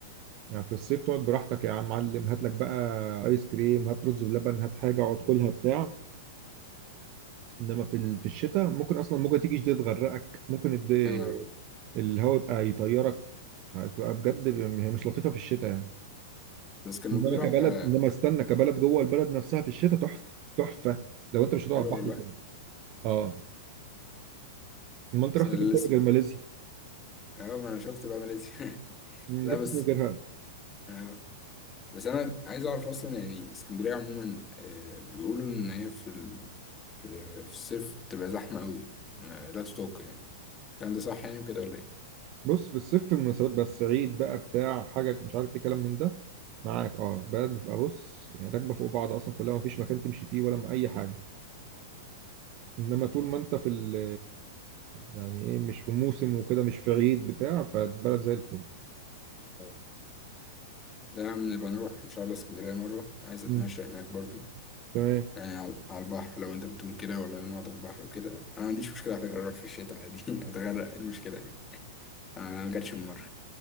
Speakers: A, on the right; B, on the left.
A: يعني في الصيف تقعد براحتك يا عم معلم هات لك بقى ايس كريم هات رز بلبن هات حاجه اقعد كلها بتاع انما في ال- في الشتاء ممكن اصلا موجه تيجي شديد تغرقك ممكن الد-
B: يا نهار أبيض.
A: الهواء يبقى يطيرك فهتبقى بجد ب- هي مش لطيفه في الشتاء يعني
B: بس كانوا
A: انما
B: بيقولوا
A: كبلد
B: على
A: انما استنى كبلد جوه البلد نفسها في الشتاء تحفه تحفه لو انت مش هتقعد
B: حلوه
A: بحر
B: والله
A: وكده. اه ما انت
B: بس
A: رحت
B: انا
A: فين تاني
B: لسه
A: غير ماليزيا
B: اه ما انا شفت بقى ماليزيا <laughs>
A: مم،
B: لا
A: رحت
B: بس
A: فين غيرها
B: اه بس انا عايز اعرف اصلا يعني اسكندريه عموما آه، بيقولوا ان هي في ال... في في الصيف بتبقى زحمه قوي ما- لا تطاق يعني الكلام ده صح يعني وكده ولا ايه؟
A: بص في الصيف في المناسبات بس عيد بقى بتاع حاجة مش عارف ايه كلام من ده معاك اه بلد بتبقى بص يعني راكبة فوق بعض أصلا كلها مفيش مكان تمشي فيه ولا أي حاجة إنما طول ما أنت في ال يعني إيه مش في موسم وكده مش في عيد بتاع فالبلد زي الفل
B: اه. لا يا عم نبقى نروح ان شاء الله اسكندريه مره عايز اتمشى
A: مم.
B: هناك برضو
A: تمام
B: يعني على على البحر لو انت بتقول كده والله نقعد على البحر وكده انا ما عنديش مشكله على فكره اروح في الشتاء عادي <laughs> اتغرق إيه المشكله يعني انا ما جاتش المره